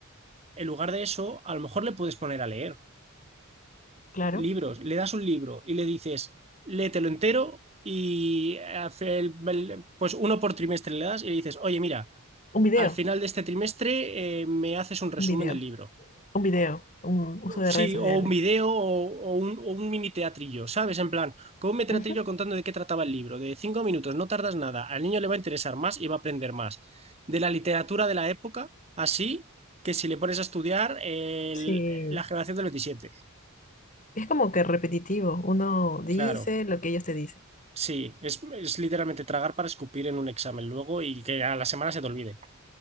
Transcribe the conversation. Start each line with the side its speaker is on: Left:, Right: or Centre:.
Right: en lugar de eso, a lo mejor le puedes poner a leer.
Left: claro.
Right: libros, le das un libro y le dices, léetelo entero y hace el- el- pues uno por trimestre le das y le dices, oye, mira,
Left: Un video,
Right: al final de este trimestre eh, me haces un resumen
Left: un video,
Right: del libro.
Left: un video, un uso de
Right: Sí,
Left: redes sociales.
Right: o un video o, o un, o un mini teatrillo, ¿sabes? En plan, con un mini teatrillo
Left: Ujú.
Right: contando de qué trataba el libro, de cinco minutos, no tardas nada, al niño le va a interesar más y va a aprender más. De la literatura de la época, así que si le pones a estudiar el-
Left: Sí,
Right: la generación del 27.
Left: es como que repetitivo. Uno dice
Right: Claro.
Left: lo que ellos te dicen.
Right: Sí, es, es literalmente tragar para escupir en un examen luego y que a la semana se te olvide.